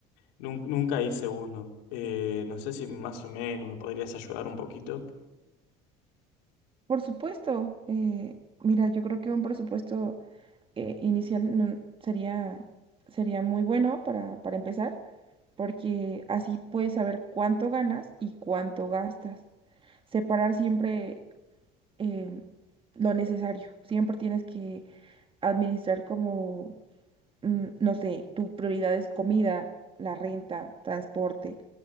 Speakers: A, on the left; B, on the right.
A: nun- nunca hice uno. Eh, no sé si más o menos me podrías ayudar un poquito.
B: Por supuesto, eh, mira, yo creo que un presupuesto eh, inicial no- sería, sería muy bueno para, para empezar, porque así puedes saber cuánto ganas y cuánto gastas. Separar siempre eh, lo necesario. Siempre tienes que administrar como, mm, no sé, tu prioridad es comida, la renta, transporte